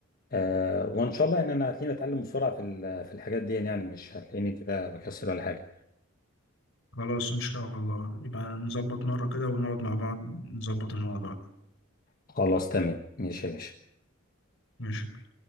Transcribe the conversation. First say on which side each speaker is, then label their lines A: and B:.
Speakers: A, on the left; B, on the left.
A: آه، وان شاء الله ان انا هتلاقيني اتعلم بسرعة في ال- في الحاجات دي يعني مش هتلاقيني كده بكسل ولا حاجة
B: خلاص ان شاء الله يبقى نظبط مره كده ونقعد مع بعض نظبط الموضوع ده
A: خلاص تمام ماشي يا باشا
B: ماشي